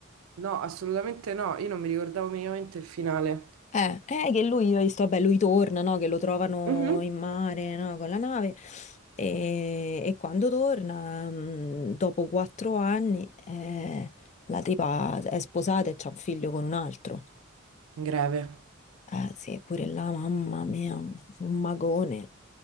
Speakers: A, on the right; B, on the left.
A: No, assolutamente no, io non mi ricordavo minimamente il finale.
B: Eh, eh, che lui, hai visto, vabbè, lui torna, no? Che lo trovano
A: Mhm.
B: in mare, no? Con la nave. E, e quando torna, mm, dopo quattro anni, eh, la tipa è sposata e c'ha un figlio con un altro.
A: Greve.
B: Eh, sì, pure là, mamma mia, un, un magone.